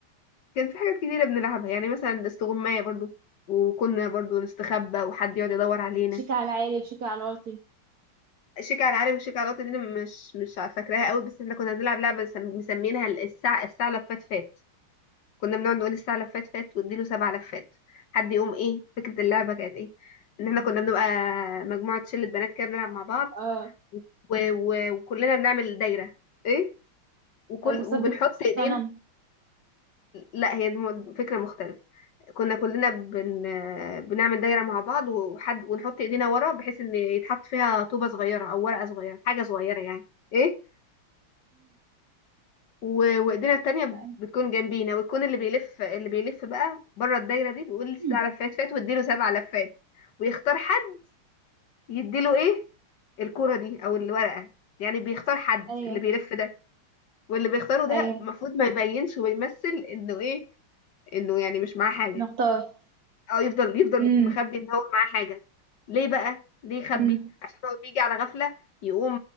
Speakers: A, on the left; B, on the right.
A: كان في حاجات كتيرة بنلعبها يعني مثلا استغماية برضو وكنا برضو نستخبى وحد يقعد يدور علينا
B: شيك على العالي وشيك على الواطي
A: شيك على العالي وشيك على الوطني دي أنا مش مش عارفة فاكراها قوي بس احنا كنا بنلعب لعبة مسم- مسمينها الساعة الساعة لفات فات كنا بنقعد نقول الساعة لفات فات واديله سبع لفات حد يقوم ايه فكرة اللعبة كانت ايه ان احنا كنا بنبقى مجموعة شلة بنات كده بنلعب مع بعض
B: اه
A: و... و... وكلنا بنعمل دايرة ايه وكل
B: طب وثبت
A: وبنحط
B: الصنم
A: ايدينا لا هي الم- فكرة مختلفة كنا كلنا بن... بنعمل دايرة مع بعض وحد ونحط ايدينا ورا بحيث ان يتحط فيها طوبة صغيرة او ورقة صغيرة حاجة صغيرة يعني ايه و- وايدينا التانية بت-
B: يعني،
A: بتكون جنبينا ويكون اللي بيلف اللي بيلف بقى بره الدايرة دي بيقول سبع
B: أمم،
A: لفات فات واديله سبع لفات ويختار حد يديله ايه الكرة دي او الورقة يعني بيختار حد
B: ايوه
A: اللي بيلف ده واللي بيختاره ده
B: ايوه
A: المفروض ما يبينش ويمثل انه ايه انه يعني مش معاه حاجة
B: نختار
A: اه يفضل يفضل
B: امم
A: مخبي ان هو معاه حاجة ليه بقى ليه يخبي
B: امم
A: عشان هو بيجي على غفلة يقوم